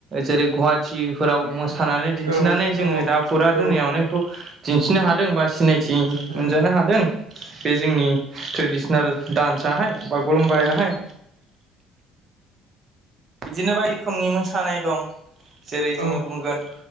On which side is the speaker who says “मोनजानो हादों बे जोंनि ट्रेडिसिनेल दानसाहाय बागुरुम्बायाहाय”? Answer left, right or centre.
Right